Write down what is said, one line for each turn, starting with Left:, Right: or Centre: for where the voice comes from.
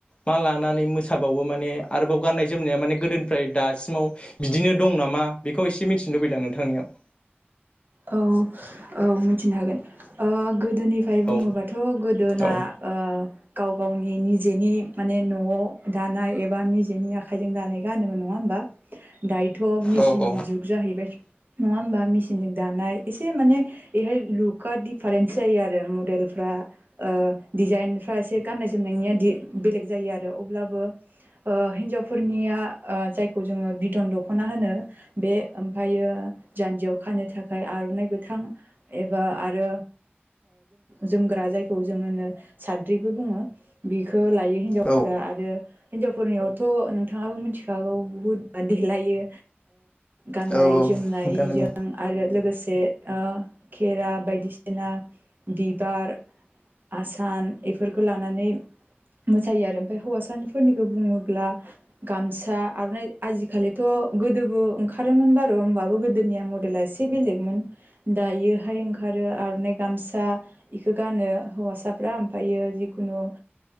Left: मा लानानै मोसाबावो माने आरोबाव गाननाय जोमनाया माने गोदोनिफ्राय दासिमाव बिदिनो दं नामा? मा बेखौ एसे मिथिनो लुबैदों आं नोंथांनियाव
Right: औ। औ मिथिनो हागोन ओ गोदोनिफ्राय बुङोबाथ'
Left: औ
Right: गोदोना
Left: औ
Right: ओ गाव गावनि निजेनि माने न'आव दानाय एबा निजेनि आखाइजों दानाय गाननोमोन नङा होमबा बा। दायोथ' मेचिन
Left: औ
Right: जुग जाहैबाय नङा होमबा मेचिनजों दानाय एसे माने बेहाय लुकआ डिफारेन्स जायो आरो मडेलफ्रा ओ डिजाइन फ्रा एसे गान्नाय जोमनायनिया। बेलेग जायो आरो अब्लाबो ओ हिनजावफोरनिया ओ जायखौ जोङो बिदन दख'ना। होनो बे ओमफ्रायो जान्जियाव खानो थाखाय आर'नाइ गोथां। एबा आरो। जोमग्रा जायखौ जोङो साद्रिबो बुङो बेखौ। खौ लायो हिनजावफ्रा
Left: औ
Right: आरो। हिन्जावफोरनियावथ' नोंथाङाबो मिथिखागौ बुहुत देलायो। गाननाय
Left: औ
Right: जोमनायजों
Left: नोंथां नंगौ
Right: आरो लोगोसे। खेरा बायदिसिना बिबार। आसान बेफोरखौ लानानै। मोसायो आरो ओमफ्राय हौवासानिफोरनिखौ बुङोब्ला गामसा आर'नाइ आजिखालिथ' गोदोबो ओंखारोमोन बारू होमबाबो गोदोनिया मदेला एसे बेलेगमोन दायोहाय ओंखारो आर'नाइ गामसा बेखौ गानो हौवासाफ्रा ओमफ्रायो जिखुनु